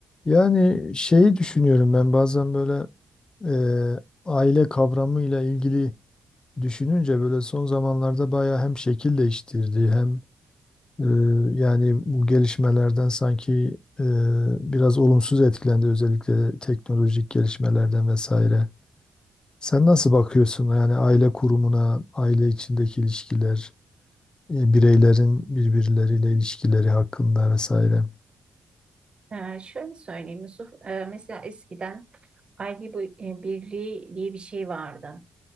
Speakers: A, on the left (about 35°); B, on the right (about 40°).
A: Yani şeyi düşünüyorum ben bazen böyle e, aile kavramıyla ilgili düşününce böyle son zamanlarda bayağı hem şekil değiştirdi hem e, yani bu gelişmelerden sanki e, biraz olumsuz etkilendi özellikle teknolojik gelişmelerden vesaire. Sen nasıl bakıyorsun yani aile kurumuna, aile içindeki ilişkiler, e, bireylerin birbirleriyle ilişkileri hakkında vesaire?
B: Ee, şöyle söyleyeyim Yusuf, Ee, mesela eskiden aile bu- e, birliği diye bir şey vardı.